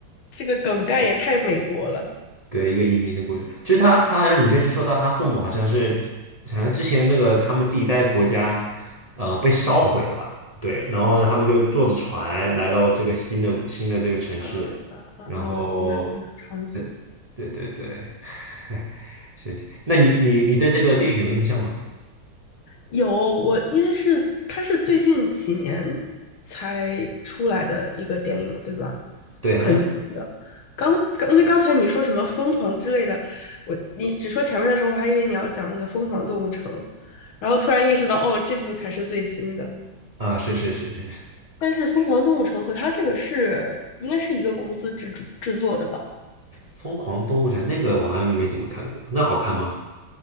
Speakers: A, on the left; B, on the right.
A: 这个梗概也太美国了。
B: 对，一个移民的故事，就是他，他好像里面就说到他父母好像是，好像之前的那个他们自己带的国家，呃，被烧毁了吧？对，然后呢，他们就坐着船来到这个新的新的这个城市，
A: 嗯嗯嗯嗯，
B: 然后，
A: 我记得这个场景。
B: 对对对，<laughs> 所以，那你你你对这个电影有印象吗？
A: 对，有我，因为是它是最近几年才出来的一个电影，对吧？
B: 对，
A: 很紧的。
B: 好像
A: 刚刚因为刚才你说什么疯狂之类的，我你只说前面的时候，我还以为你要讲那个《疯狂动物城》，然后突然意识到，哦，这部才是最新的。
B: 啊，是是是是，
A: 但是《疯狂动物城》和它这个是应该是一个公司制制作的吧？
B: 《疯狂动物城》那个我好像没怎么看过，那好看吗？